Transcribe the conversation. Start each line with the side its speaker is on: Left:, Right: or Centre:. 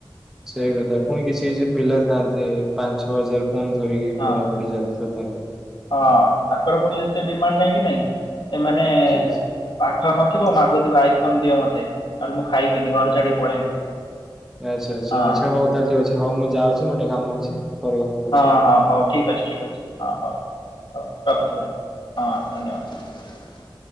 Centre: ସେଇ କଥା ପୁଣି କିଛି କିଛି ପିଲା ଥାଆନ୍ତି ପାଞ୍ଚ ଛଅ ହଜାର। ଫୋନ ଧରିକି
Left: ହଁ
Centre: ପଢାପଢି ଚାଲିଥିବ ତାଙ୍କର
Left: ହଁ ତାଙ୍କର ପୁଣି ଯେତେ ଡିମାଣ୍ଡ ନାହିଁ କି ନାଇଁ। ଏମାନେ
Centre: ସେ-
Left: ପାଠ ନଥିବ
Centre: ସେ-
Left: ମାଗୁଥିବା ଆଇ ଫୋନ ଦିଅ ମତେ ନହେଲେ ମୁଁ ଖାଇବିନି ଘର ଛାଡି ପଳେଇବି
Centre: ଆଚ୍ଛା ଆଚ୍ଛା
Left: ହଁ।
Centre: ଆଚ୍ଛା ହଉ ତାହେଲେ ଠିକ ଅଛି ହଉ ମୁଁ ଯାଉଛି ମୋର ଟିକେ କାମ ଅଛି ପରେ କଥା ହଉଛି
Left: ହଁ
Centre: ଆଉ
Left: ହଁ ହଉ ଠିକ ଅଛି ଠିକ ଅଛି ହଁ ହଉ ହଉ ରଖୁଛି ଭାଇ ହଁ ଧନ୍ୟବାଦ।